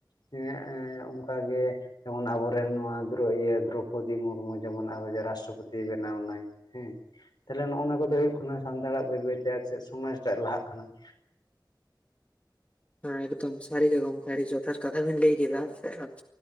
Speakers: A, on the left; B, on the left.
A: ᱦᱮᱸ ᱚᱱᱠᱟ ᱜᱮ ᱡᱮᱢᱚᱱ ᱟᱵᱚᱨᱮᱱ ᱱᱚᱣᱟ ᱫᱨᱚ ᱤᱭᱟᱹ ᱫᱨᱚ ᱯᱚᱫᱤ ᱢᱩᱨᱢᱩ ᱡᱮᱢᱚᱱ ᱟᱵᱚ ᱨᱟᱥᱴᱨᱚᱯᱚᱛᱤ ᱵᱮᱱᱟᱣ ᱮᱱᱟᱭ ᱦᱮᱸ ᱾ ᱛᱟᱦᱞᱮ ᱱᱚᱜ-ᱚ ᱱᱚᱣᱟ ᱠᱚᱫᱚ ᱦᱩᱭᱩᱜ ᱠᱟᱱᱟ ᱥᱟᱱᱛᱟᱲᱟᱜ ᱵᱟᱹᱭ ᱵᱟᱹᱭ ᱛᱮ ᱟᱨ ᱪᱮᱫ ᱥᱚᱢᱟᱡᱽ ᱴᱟᱜ ᱞᱟᱦᱟᱜ ᱠᱟᱱᱟ ᱾
B: ᱦᱮᱸ ᱮᱠᱫᱚᱢ ᱥᱟᱹᱨᱤ ᱜᱮ ᱜᱚᱝᱠᱮ ᱟᱹᱰᱤ ᱡᱚᱛᱷᱟᱛ ᱠᱟᱛᱷᱟ ᱵᱤᱱ ᱞᱟᱹᱭ ᱠᱮᱫᱟ ᱾ <inaudible>